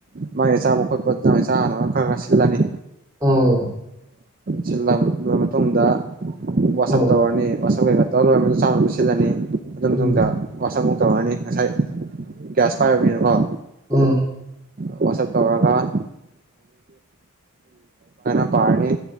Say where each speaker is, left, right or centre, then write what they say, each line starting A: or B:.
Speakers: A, on the right (about 40°); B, on the right (about 15°).
A: ꯃꯥꯒꯤ ꯑꯆꯥꯕ ꯈꯣꯠꯄ ꯏꯆꯥ ꯍꯅꯕ ꯈꯔ ꯈꯔ ꯁꯤꯜꯂꯅꯤ
B: ꯎꯝ
A: ꯁꯤꯜꯂꯕ ꯃꯇꯨꯡꯗ ꯋꯥꯆꯞ
B: ꯎꯝ
A: ꯇꯧꯔꯅꯤ ꯋꯥꯆꯞ ꯀꯩꯀꯥ ꯇꯧꯔ ꯂꯣꯏꯔ ꯃꯗꯨ ꯆꯥꯝꯅꯕ ꯁꯤꯜꯂꯅꯤ ꯑꯗꯨ ꯃꯇꯨꯡꯗ
B: ꯎꯝ
A: ꯋꯥꯆꯞꯃꯨꯛ ꯇꯧꯔꯅꯤ ꯉꯁꯥꯏ ꯒ꯭ꯌꯥꯁ ꯄꯥꯏꯔꯕꯅꯤꯅꯀꯣ
B: ꯑ
A: ꯋꯥꯁ ꯇꯧꯔꯒꯅ ꯄꯥꯔꯅꯤ